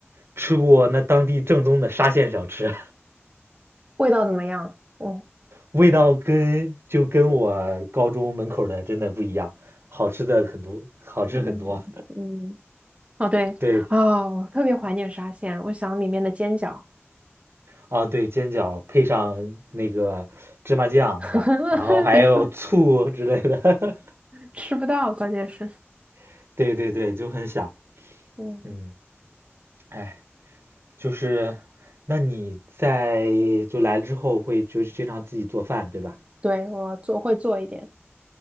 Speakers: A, on the right (about 60°); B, on the right (about 25°).
A: 吃过那当地正宗的沙县小吃。
B: 味道怎么样？哦，
A: 味道跟就跟我高中门口的真的不一样，好吃的很多，好吃很多。
B: 嗯嗯，哦对，
A: <laughs> 对，
B: 哦，我特别怀念沙县，我想里面的煎饺，
A: 啊，对，煎饺配上那个芝麻酱是吧？
B: <laughs>
A: 然后还有醋之类的，
B: 别说吃不到，关键是，
A: <laughs> 对对对，就很想，
B: 嗯。
A: 嗯，哎，就是，那你在就来了之后会就是经常自己做饭对吧？
B: 对，我做会做一点。